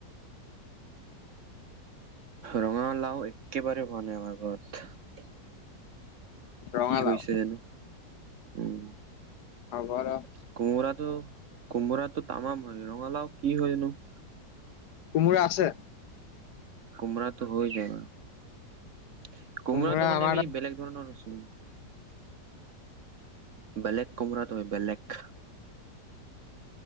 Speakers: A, on the right; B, on the left.
A: ৰঙালাও একেবাৰে হোৱা নাই আমাৰ ঘৰত।
B: ৰঙালাও
A: কি হৈছে জানো? উম',।
B: হ'ব
A: কো,
B: ৰ
A: কোমোৰাটো, কোমোৰাটো তামাম হয়, ৰঙালাও কি হয় নো? <inaudible>
B: কোমোৰা আছে?
A: কোমৰাটো হৈ যায় বাৰু কোমৰাটো
B: কোমোৰা
A: মানে
B: আমাৰ
A: এই
B: তাত
A: বেলেগ ধৰণৰ উম। বেলেগ কোমৰাটো হয় বেলেগ।